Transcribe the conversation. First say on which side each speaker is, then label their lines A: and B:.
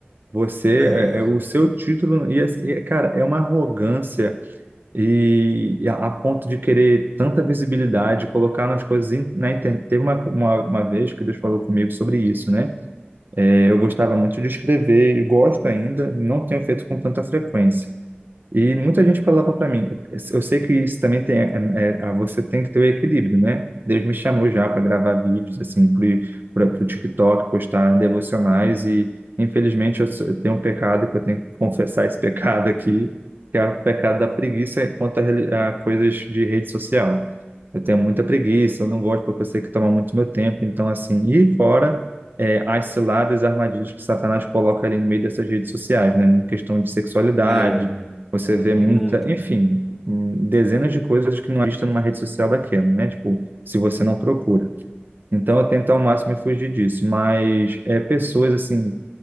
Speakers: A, on the right; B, in the centre.
A: Você,
B: é,
A: é, é o seu título, e, é- e, cara, é uma arrogância e, e a, a ponto de querer tanta visibilidade, colocar nas coisas in- na internet. Teve uma, uma, uma vez que Deus falou comigo sobre isso, né? É, Eu gostava muito de escrever, e gosto ainda, não tenho feito com tanta frequência. E muita gente falava para mim, eu sei que isso também tem, é, é, você tem que ter o equilíbrio, né? Deus me chamou já para gravar vídeos assim para o TikTok, postar devocionais e infelizmente eu, sou- eu tenho um pecado que eu tenho que confessar esse <laughs> pecado aqui, que é o pecado da preguiça quanto a, reli- a coisas de rede social. Eu tenho muita preguiça, eu não gosto porque eu sei que toma muito meu tempo, então assim, e fora é, as ciladas, as armadilhas que Satanás coloca ali no meio dessas redes sociais, né? Na questão de sexualidade,
B: é,
A: você vê muita,
B: tem muito.
A: enfim, hum, dezenas de coisas que não é vista numa rede social daquela, né? Tipo, se você não procura. Então, eu tento ao máximo me fugir disso. Mas é pessoas, assim,